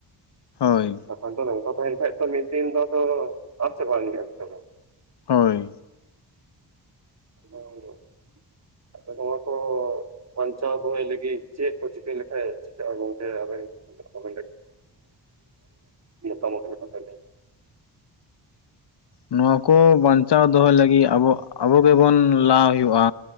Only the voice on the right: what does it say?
ᱠᱟᱛᱷᱟ ᱫᱚ ᱱᱚᱝᱠᱟ ᱛᱟᱦᱮᱸᱱ ᱠᱷᱟᱡ ᱛᱚ, ᱢᱤᱫ ᱫᱤᱱ ᱫᱚ ᱟᱫ ᱪᱟᱵᱟ ᱤᱫᱤ ᱟᱛᱚ᱾
<unintelligible> ᱟᱯᱮ ᱫᱚ ᱱᱚᱭᱟ ᱠᱚ <unintelligible> ᱵᱟᱱᱪᱟᱣ ᱫᱚᱦᱚᱭ ᱞᱟᱹᱜᱤᱫ, ᱪᱮᱫ ᱠᱚ ᱪᱤᱠᱟᱹᱭ ᱞᱮᱠᱷᱟᱡ, ᱪᱷᱤᱠᱟᱜ ᱟ ᱜᱚᱢᱠᱮ ᱟᱵᱮᱱ ᱜᱮ <unintelligible> <unintelligible> ᱟᱵᱮᱱ ᱟᱜ ᱢᱚᱛᱟ ᱞᱮᱠᱟᱛᱮ ᱞᱟᱭ ᱵᱮᱱ <unintelligible>